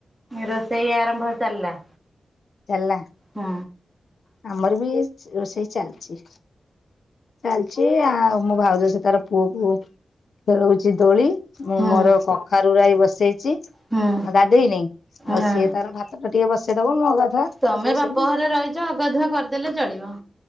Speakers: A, in the centre; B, on the left.
A: ରୋଷେଇ ଆରମ୍ଭ ଚାଲିଲା।
B: ଚାଲିଲା।
A: ହୁଁ।
B: ଆମର ବି ରୋଷେଇ ଚାଲିଚି। ଚାଲିଛି ଆଉ ମୋ ଭାଉଜ ସେ ତାର ପୁଅକୁ ଖେଳଉଛି ଦୋଳି। ମୁଁ
A: ହୁଁ
B: ମୋର କଖାରୁ ରାଇ ବସେଇଛି।
A: ହୁଁ
B: ଆଉ ଗାଧେଇନି ଆଉ
A: ନା
B: ସିଏ ତାର ଭାତ ଟା ଟିକେ ବସେଇଦବ ମୁଁ ଅଗାଧୁଆ
A: ତମେ
B: ଭାତ ବସେଇବି
A: ବାପ ଘରେ ରହିଛ ଅଗାଧୁଆ କରିଦେଲେ ଚଳିବ।